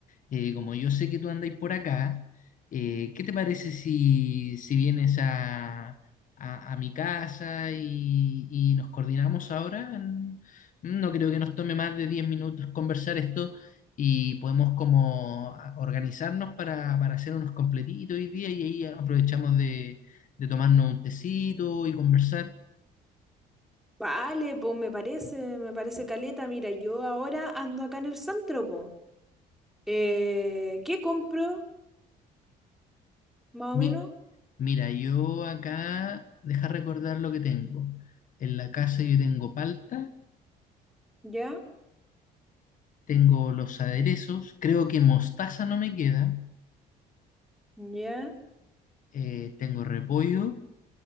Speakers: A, on the left; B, in the centre.
A: eh, como yo sé que tú andáis por acá, eh, ¿qué te parece si, si vienes a, a- a mi casa y, y nos coordinamos ahora? En- mm, no creo que nos tome más de 10 minutos conversar esto y podemos como a- organizarnos para, para hacer unos completitos hoy día y ahí aprovechamos de, de tomarnos un tecito y conversar.
B: Vale, pues me parece, me parece caleta. Mira, yo ahora ando acá en el centro, pues. Eh, ¿qué compro? Más
A: Mi-
B: o menos,
A: mira, yo acá, deja recordar lo que tengo. En la casa yo tengo palta,
B: ya,
A: tengo los aderezos, creo que mostaza no me queda,
B: ya.
A: eh, tengo repollo,